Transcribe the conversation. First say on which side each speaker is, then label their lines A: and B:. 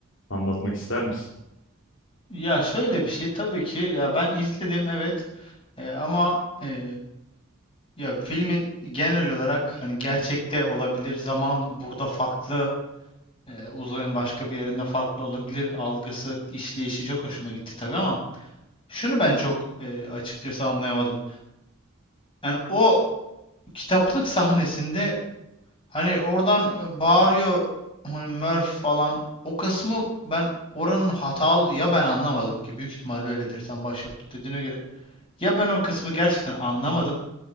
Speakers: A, on the left (about 60°); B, on the left (about 25°).
A: anlatmak ister misin?
B: Ya şöyle bir şey tabii ki ya ben izledim evet E, ama e, ya filmin genel olarak hani gerçekte olabilir zaman burada farklı e, uzayın başka bir yerinde farklı olabilir algısı işleyişi çok hoşuma gitti tabii ama şunu ben çok e, açıkçası anlayamadım. Yani o kitaplık sahnesinde hani oradan e, bağırıyor hani Murph falan. O kısmı ben oranın hatalı ya ben anlamadım ki büyük ihtimalle öyledir sen başyapıt dediğine göre. Ya ben o kısmı gerçekten anlamadım.